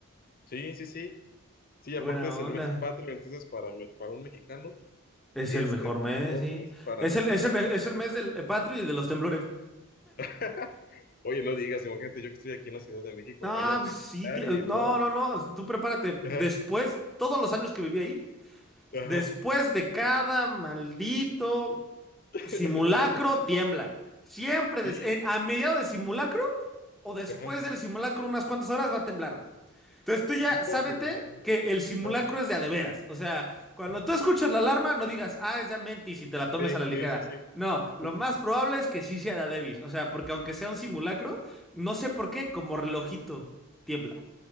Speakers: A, on the left; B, in the centre.
A: Sí, sí, sí. Sí,
B: Qué
A: aparte
B: buena
A: es
B: onda.
A: el mes patrio, entonces para, mí- para un mexicano
B: Es
A: es
B: el mejor
A: el
B: mes,
A: mejor
B: sí.
A: mes para
B: Es
A: nacer.
B: el, es el, me- es el mes del eh, patrio y de los temblores.
A: <laughs> Oye, no digas, imagínate, yo que estoy aquí en la Ciudad de México,
B: No,
A: vaya a
B: pues
A: temblar
B: sí, ti- eh,
A: y
B: no,
A: no.
B: no, no. Tú prepárate.
A: <laughs>
B: Después, todos los años que viví ahí,
A: Ajá.
B: después de cada maldito
A: <laughs>
B: Simulacro tiembla. Siempre des-
A: Sí,
B: en- a mediados de simulacro o después
A: ajá.
B: del simulacro, unas cuantas horas va a temblar, güey. Entonces tú ya sábete
A: No, no, no, no.
B: que el simulacro
A: Ajá.
B: es de a de veras. O sea, cuando tú escuchas la alarma, no digas, ah, es de a mentis y te la tomes
A: Sí,
B: a la ligera.
A: sí, sí, sí.
B: No, lo
A: Sí, sí,
B: más
A: sí.
B: probable es que sí sea de a debis. O sea, porque aunque sea un simulacro, no sé por qué, como relojito tiembla.